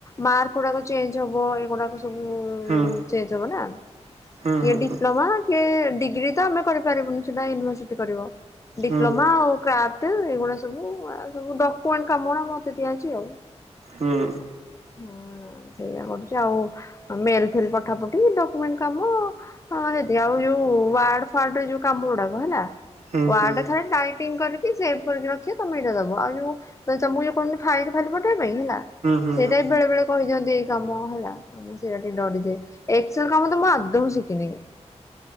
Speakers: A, on the left; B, on the right.
A: ମାର୍କ ଗୁଡାକ ଚେଞ୍ଜ ହବ ଏଇଗୁଡା ଉନ୍
B: ହୁଁ
A: ଚେଞ୍ଜ ହେବ ନା
B: ହୁଁ
A: କିଏ
B: ହୁଁ ହୁଁ
A: ଡିପ୍ଲୋମା ଡିଗ୍ରୀ ତ ଆମେ କରିପାରିବୁନୁ ସେଟା ୟୁନିଭର୍ସିଟି କରିବ ଡିପ୍ଲୋମା
B: ହୁଁ ହୁଁ।
A: ଆଉ ପଟ ଏଇଗୁଡା ସବୁ ସବୁ ଡକ୍ୟୁମେଣ୍ଟ କାମ ରା ମତେ ଦିଆଯଛି ଆଉ।
B: ହୁଁ।
A: ହୁଁ ସେଇଟା କରୁଛି ଆଉ। ମେଲ ଫେଲ ପଠା ପଠି ଡକୁମେଣ୍ଟ କାମ। ହଁ ସେଠି ଆଉ ଯୋଉ ୱାର୍ଡ ଫାର୍ଡରେ ଯୋଉ କାମ ଗୁଡାକ ହେଲା
B: ହୁଁ
A: ୱାର୍ଡରେ
B: ହୁଁ
A: ଖାଲି ଟାଇମ ଫ କରିକି ସେଭ୍ କରିକି ରଖି ତମେ ଏଇଟା ଦବ ଆଉମକୁ କ ଫାଇଲି ଫାଲି ପଠେଇବା ପାଇଁ ହେଲା
B: ହୁଁ
A: ସେଇଟା
B: ହୁଁ
A: ବି ବେଳେବେଳେ କରିଦିଅନ୍ତି ଏଇ କାମ ହେଲା ଆ ସେଇଟା ଟିକେ ଡରିଯାଏ ଏକ୍ସଲ କାମ ତ ମୁଁ ଆଦଉ ଶିଖିନି କି